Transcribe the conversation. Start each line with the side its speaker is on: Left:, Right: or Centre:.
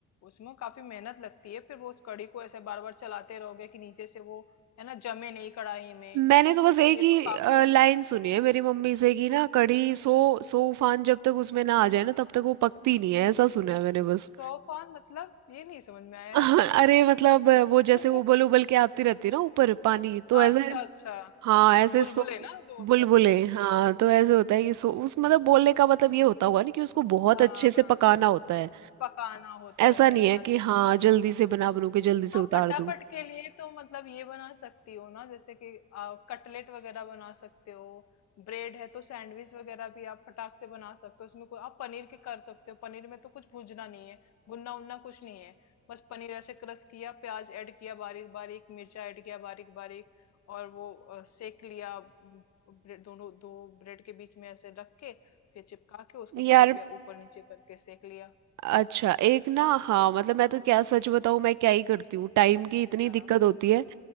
Left: उसमें काफी मेहनत लगती है फिर वो उस कड़ी को ऐसे बार बार चलाते रहोगे कि नीचे से वो है ना जमे नहीं कढ़ाई में
Right: मैंने तो बस एक
Left: तो ये
Right: ही
Left: तो काफी
Right: लाइन सुनी है मेरी मम्मी से कि ना कढ़ी सो सो उफान जब तक उसमें ना आ जाए ना तब तक वो पकती नहीं है ऐसा सुना है मैंने बस
Left: तूफान मतलब ये नहीं समझ में आया
Right: <laughs>
Left: यार
Right: अरे मतलब अ, वो जैसे
Left: <laughs>
Right: उबल उबल के आती रहती है ना ऊपर पानी तो
Left: अच्छा
Right: ऐसे
Left: अच्छा
Right: हाँ ऐसे
Left: बुलबुले
Right: सो
Left: ना जो
Right: बुलबुले
Left: ऐसे हम्म,
Right: हाँ तो
Left: हम्म,
Right: ऐसे होता है कि सो उस मतलब बोलने का मतलब ये होता होगा ना कि उसको बहुत
Left: हाँ
Right: अच्छे से
Left: हाँ
Right: पकाना होता है
Left: पकाना होता
Right: ऐसा
Left: है सही
Right: नहीं है
Left: बात
Right: कि
Left: है
Right: हाँ जल्दी से बना बनू के जल्दी से
Left: हाँ
Right: उतार
Left: फटाफट
Right: दूं
Left: के लिए तो मतलब ये बना सकती हो ना जैसे कि आ, कटलेट वगैरह बना सकते हो ब्रेड है तो सैंडविच वगैरह भी आप फटाक से बना सकते हो उसमें कोई आप पनीर के कर सकते हो पनीर में तो कुछ भूजना नहीं है भुनना उनना कुछ नहीं है बस पनीर ऐसे क्रश किया प्याज ऐड किया बारीक बारीक मिर्चा ऐड किया बारीक बारीक और वो अ, सेक लिया म, ब्रेड दोनों दो ब्रेड के बीच में ऐसे रख के फिर चिपका के उसको
Right: यार
Left: तवे पे ऊपर नीचे करके सेक लिया
Right: अच्छा एक ना हाँ मतलब मैं तो क्या सच बताऊँ मैं क्या ही करती हूँ टाइम की इतनी
Left: हाँ
Right: दिक्कत होती है